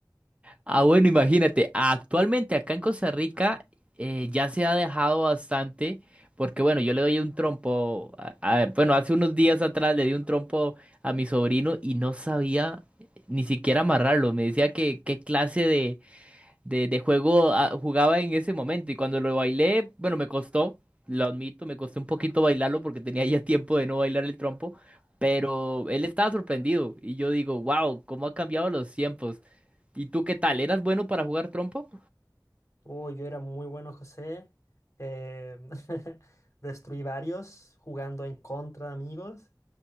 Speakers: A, on the right; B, on the left.
A: Ah, bueno, imagínate, actualmente acá en Costa Rica eh, ya se ha dejado bastante porque bueno, yo le doy un trompo, a- a- bueno, hace unos días atrás le di un trompo a mi sobrino y no sabía ni siquiera amarrarlo. Me decía que qué clase de, de juego ah, jugaba en ese momento y cuando lo bailé, bueno, me costó, lo admito, me costó un poquito bailarlo porque tenía ya tiempo de no bailar el trompo, pero él estaba sorprendido y yo digo, wow, cómo ha cambiado los tiempos. ¿Y tú qué tal? ¿Eras bueno para jugar trompo?
B: Uy, yo era muy bueno, José. em, <laughs> destruí varios jugando en contra de amigos.